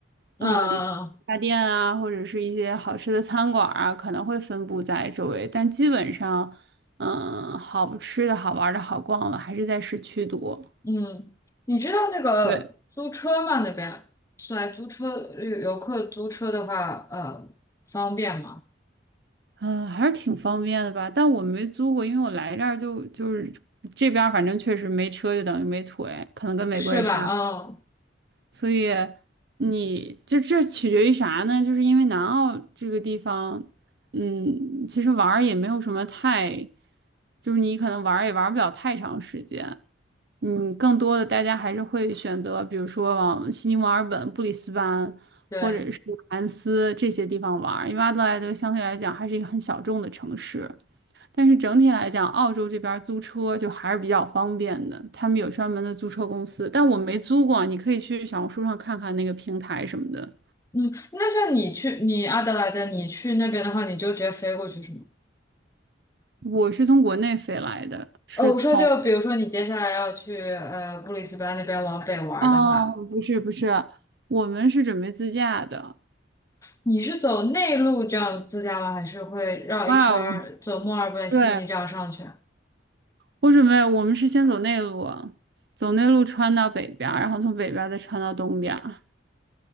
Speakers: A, on the left; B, on the right.
A: 那
B: 呃，理发店啊，或者是一些好吃的餐馆儿啊，可能会分布在周围，但基本上，嗯，好吃的好玩儿的好逛的还是在市区多。
A: 嗯，你知道那个租车吗？
B: 对，
A: 那边来租车，游游客租车的话，呃，方便吗？
B: 嗯，还是挺方便的吧，但我没租过，因为我来这儿就就是这边，反正确实没车就等于没腿，可能跟美国也差。
A: 是吧？嗯，
B: 所以你就这取决于啥呢？就是因为南澳这个地方，嗯，其实玩儿也没有什么太，就是你可能玩儿也玩儿不了太长时间。嗯，更多的大家还是会选择，比如说往悉尼、墨尔本、布里斯班或者是凯恩斯这些地方玩儿，
A: 对。
B: 因为阿德莱德相对来讲还是一个很小众的城市。但是整体来讲，澳洲这边儿租车就还是比较方便的，他们有专门的租车公司，但我没租过，你可以去小红书上看看那个平台什么的。
A: 嗯，那像你去你阿德莱德，你去那边的话，你就直接飞过去是吗？
B: 我是从国内飞来的，是从，
A: 呃，我说就比如说你接下来要去呃布里斯班那边往北玩儿的话，
B: 哦，不是不是，我们是准备自驾的。
A: 你是走内陆这样自驾吗？还是会绕一圈儿走墨尔本、
B: 哇哦，对，
A: 悉尼这样上去啊？
B: 我准备，我们是先走内陆，走内陆穿到北边儿，然后从北边儿再穿到东边儿。